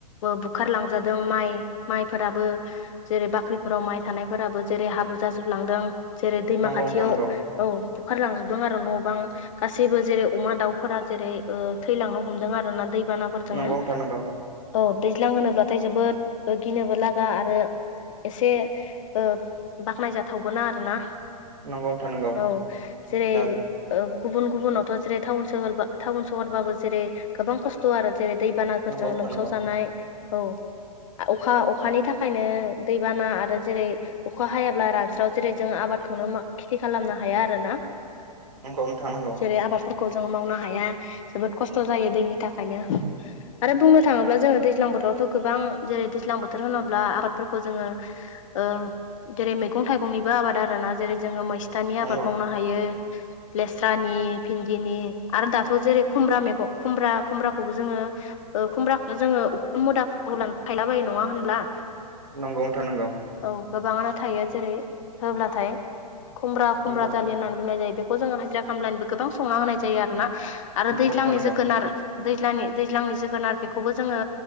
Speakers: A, on the left; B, on the right.
A: बुखारलांजादों माइ माइफोराबो जेरै बा ख्रिफोराव माइ थानायफोराबो जेरै हाब्रु जाजोबलांदों। जेरै दैमा
B: नंगौ
A: खाथियाव
B: नोंथां नंगौ
A: औ बुखारलांजोबदों आरो न' बां गासैबो जेरै अमा दाउफोरा जेरै ओ थैलांनो हमदों आरोना दैबाना फोरजोंनो।
B: नंगौ नोंथां नंगौ
A: औ दैज्लां होनोब्लाथाय जोबोद गिनोबो लागा आरो एसे ओ बाख्नायजाथावबोना आरोना।
B: नंगौ नोंथां नंगौ
A: औ जेरै
B: दा
A: गुबुन गुबुनावथ' जेरै टाउन सहर बा टाउन सोहरबाबो जेरै गोबां खस्थ' आरो जेरै दै दै बानाफोरजों
B: नंगौ नोंथां
A: लोमसाव
B: नंगौ
A: जानाय औ अखा अखानि थाखायनो दैबाना आरो जेरै अखा हायाब्ला रानस्राव जेरै जों आबादखौनो खेथि खालामनो हाया आरोना।
B: नंगौ नोंथां नंगौ
A: जेरै आबादफोर खौ जों मावनो हाया जोबोद खस्थ' जायो दैनि थाखायनो आरो बुंनो थाङोब्ला जोङो दैज्लां बोथोरावथ' गोबां जेरै दैज्लां बोथोर होनोब्ला आबादफोरखौ खौ जोङो ओ जेरै मैगं थाइगंनिबो आबाद आरोना। जेरै जोंङो मै थानि
B: नंगौ
A: आबाद मावनो हायो। लेस्रानि भिन्दिनि आरो दाथ' जेरै खुमब्रा मैगं खुमब्रा खुमब्राखौबो जोङो ओ खुमब्राखौथ' जोङो उखुम मुदा होब्लानो थायला बायो नङा होनब्ला?
B: नंगौ नोंथां नंगौ।
A: औ गोबाङानो थायो जेरै होब्लाथाय खुमब्रा खुमब्रा
B: नंगौ
A: जालि होननानै बुंनाय जायो बे खौ जोङो हाजिरा खामलानोबो गोबां संना होनाय जायो आरोना आरो
B: नंगौ
A: दैज्लांनि
B: नोंथां
A: जोगोनार दैज्लांनि दैज्लांनि जोगोनार बेखौबो जोङो